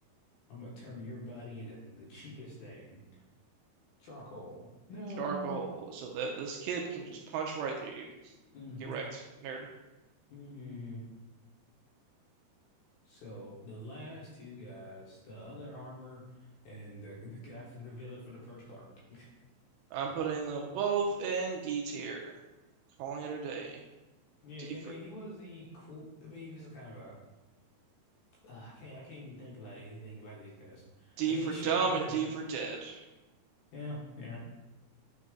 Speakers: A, on the left; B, on the right.
A: I'm gonna turn your body into the cheapest thing, charcoal. No.
B: Charcoal, so that this kid can just punch right through you.
A: Mm-hmm.
B: Get wrecked, nerd.
A: Mm. So the last two guys, the other armor and the, the guy from the villain from the first arc. <laughs>
B: I'm putting them both in D tier. Calling it a day.
A: Yeah,
B: D
A: I mean
B: for
A: he was the cool. I mean he was kind of a. Uh, I can't. I can't even think about anything about these guys.
B: D
A: I mean
B: for
A: he showed
B: dumb
A: that.
B: and D
A: Uh,
B: for dead.
A: yeah, yeah.